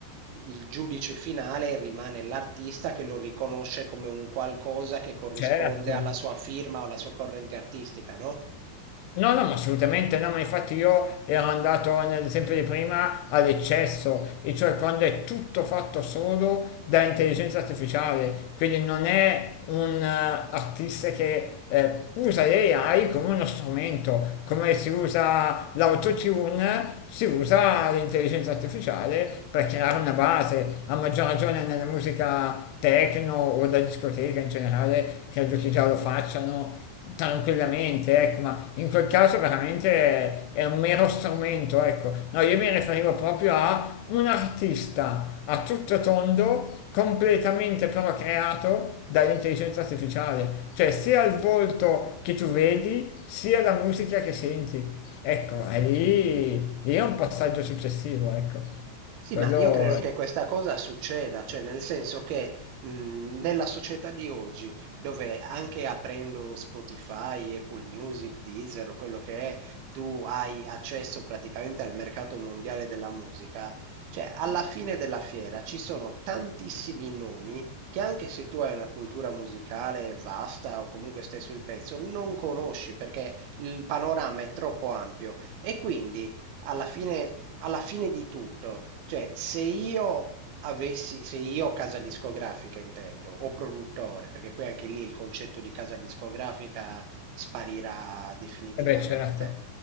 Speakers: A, on the right (about 70°); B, on the left (about 85°).
A: il giudice finale rimane l'artista che lo riconosce come un qualcosa che corrisponde
B: certo.
A: alla sua firma o alla sua corrente artistica, no?
B: No, no, ma assolutamente no, ma infatti io ero andato nell'esempio di prima all'eccesso, e cioè quando è tutto fatto solo da intelligenza artificiale, quindi non è un eh, artista che eh, usa l'AI come uno strumento, come si usa l'autotune, si usa l'intelligenza artificiale per creare una base, a maggior ragione nella musica techno o da discoteca in generale, credo che già lo facciano tranquillamente, ecco, ma in quel caso veramente è un mero strumento, ecco. No, io mi riferivo proprio a un artista a tutto tondo, completamente però creato dall'intelligenza artificiale, cioè sia il volto che tu vedi, sia la musica che senti. Ecco, è lì, lì è un passaggio successivo, ecco.
A: Sì,
B: Quello,
A: ma io credo che questa cosa succeda, cioè nel senso che mh, nella società di oggi, dove anche aprendo Spotify, Apple Music, Deezer o quello che è, tu hai accesso praticamente al mercato mondiale della musica, cioè alla fine della fiera ci sono tantissimi nomi che anche se tu hai una cultura musicale vasta o comunque stai sul pezzo, non conosci perché il panorama è troppo ampio e quindi alla fine, alla fine di tutto, cioè se io avessi, se io casa discografica intendo, o produttore, perché poi anche lì il concetto di casa discografica sparirà definitivamente.
B: eh beh, certo.